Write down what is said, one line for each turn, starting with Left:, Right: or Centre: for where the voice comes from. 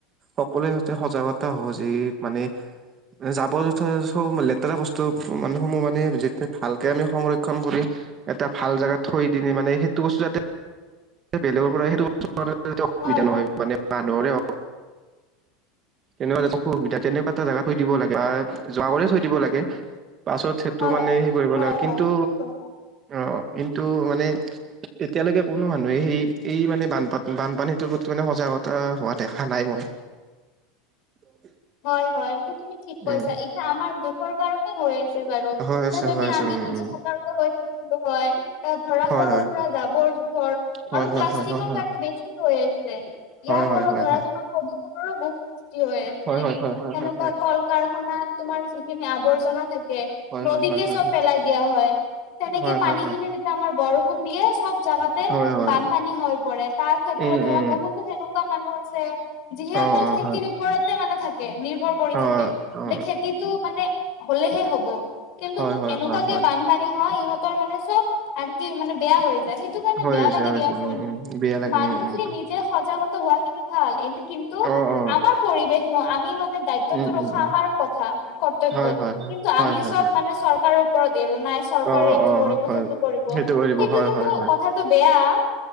Right: সকলোৱে যতে সজাগতা সহজ এই পানে জাবৰ জোথৰ লেতেৰা বস্তু মানে সমূহ মানে যেতিয়া ভালকে আমি সংৰক্ষন কৰি এটা ভাল জেগা থৈ দিনে মানে সেইটো বস্তু যাতে বেলেগৰ পৰা সেইটো অসুবিধা
Left: হয়
Right: নহয় মানে মানুহৰে হক তেনেকুৱা জেগাত অসুবিধা তেনেকুৱা এটা জেগা থৈ দিব লাগে বা জাবৰে থৈ দিব লাগে পাছত সেইটো
Left: হয়
Right: মানে সেই কৰিব
Left: হয়
Right: লাগে
Left: হয়
Right: কিন্তু
Left: ঠিক কৈছা
Right: অ কিন্তু মানে এতিয়ালৈকে কোনো মানুহে সেই এই মানে বানপান বানপানীটোৰ প্ৰতি মানে সজাগতা হোৱা দেখা নাই মই <unintelligible>
Left: হয় হয় এইটো তুমি ঠিক
Right: উম
Left: কৈছা এতিয়া আমাৰ দুখৰ কাৰণ হৈ আছে বাৰু
Right: হয় আছে
Left: তে যদি
Right: হয় আছে
Left: আমি
Right: উম
Left: নিজে
Right: উম
Left: সতৰ্ক হৈ থাকিলো হয় তাত ধৰা
Right: হয়
Left: সৰু
Right: হয়
Left: সুৰা জাবৰ জোথৰ
Right: হয়
Left: আৰু
Right: হয়
Left: প্লাষ্টিকৰ
Right: হয় হয় হয়
Left: কাৰণে বেছি হৈ আছে ইয়াৰ
Right: হয়
Left: ফলত
Right: হয় হয়
Left: ধৰা
Right: হয়
Left: তোমাৰ প্ৰদূষণৰো বহুত সৃষ্টি হৈ আছে
Right: হয় হয় হয় হয়
Left: তেনেকুৱা
Right: হয় হয়
Left: কল কাৰখানাত তোমাৰ যিখিনি আৱৰ্জনা থাকে
Right: হয়
Left: নদীতে
Right: হয় হয়
Left: চব
Right: হয়
Left: পেলাই দিয়া হয় তেনেকে
Right: হয়
Left: পানীখিনি
Right: হয় হয়
Left: যেতিয়া আমাৰ বৰষুণ দিয়ে চব জাগাত তে
Right: হয় হয়
Left: বানপানী হৈ পৰে তাৰ ক্ষেত্ৰত
Right: উম
Left: ধৰা
Right: উম
Left: বহুতো সেনেকুৱা মানুহ আছে যিহে
Right: অ
Left: অকল
Right: অ
Left: খেতিৰ
Right: হয়
Left: ওপৰতে মানে থাকে নিৰ্ভৰ কৰি
Right: অ
Left: থাকে
Right: অ
Left: যে খেতিটো মানে হলেহে হ'ব কিন্তু
Right: হয় হয়
Left: এনেকুৱাকে
Right: হয় হয়
Left: বানপানী হয় ইহত ইহতৰ মানে চব আৰু কি মানে বেয়া হৈ যায় সেইটো সেই কাৰণে
Right: হৈ
Left: বেয়া
Right: আছে
Left: লাগে
Right: হৈছে
Left: দিয়াচোন
Right: উম উম বেয়া লাগে
Left: মানুহখিনি
Right: উম উম
Left: নিজে সজাগতা হোৱা খিনি ভাল, ইহঁতে কিন্তু
Right: অ অ
Left: আমাৰ পৰিৱেশ ন আমি মানে দায়িত্বটো
Right: উম
Left: ৰখা
Right: উম উম
Left: আমাৰ কথা কৰ্তব্য
Right: হয় হয় হয়
Left: কিন্তু
Right: হয়
Left: আমি
Right: হয়
Left: চব
Right: হয়
Left: মানে চৰকাৰৰ ওপৰত এৰো নাই চৰকাৰ
Right: অ
Left: এইটো
Right: অ
Left: কৰিব
Right: হয়
Left: সেইটো কৰিব সেইটো
Right: কৰি দিব হয়
Left: কিন্তু
Right: হয় হয়
Left: কথাটো বেয়া